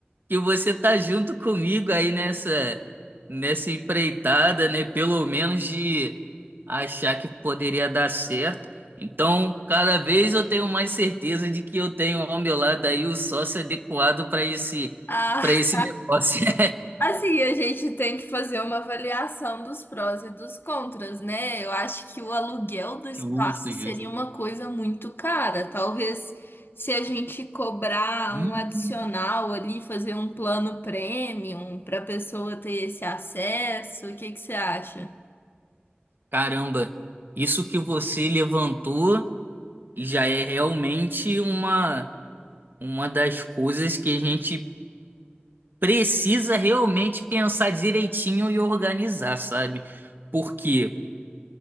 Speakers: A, on the right; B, on the left.
A: que você tá junto comigo aí nessa nessa empreitada, né? Pelo menos de achar que poderia dar certo. Então, cada vez eu tenho mais certeza de que eu tenho ao meu lado aí o sócio adequado para esse
B: Ah,
A: para esse negócio. <laughs>
B: Assim, a gente tem que fazer uma avaliação dos prós e dos contras, né? Eu acho que o aluguel do espaço
A: Justo, justo.
B: seria uma coisa muito cara. Talvez se a gente cobrar
A: Hum,
B: um adicional ali, fazer um plano premium para a pessoa ter esse acesso, o que que você acha?
A: caramba, isso que você levantou já é realmente uma uma das coisas que a gente precisa realmente pensar direitinho e organizar, sabe? Porque